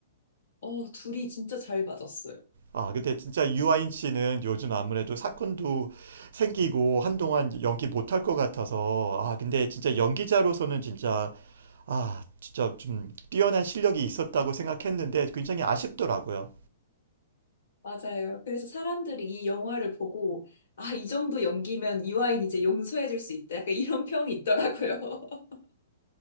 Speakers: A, on the left; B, on the right.
A: 어, 둘이 진짜 잘 맞았어요.
B: 아, 근데 진짜 유아인 씨는 요즘 아무래도 사건도 생기고 한동안 연기 못할 것 같아서, 아, 근데 진짜 연기자로서는 진짜, 아, 진짜 좀 뛰어난 실력이 있었다고 생각했는데 굉장히 아쉽더라고요.
A: 맞아요. 그래서 사람들이 이 영화를 보고, 아, 이 정도 연기면 유아인 이제 용서해줄 수 있다. 약간 이런 평이 있더라고요. <laughs>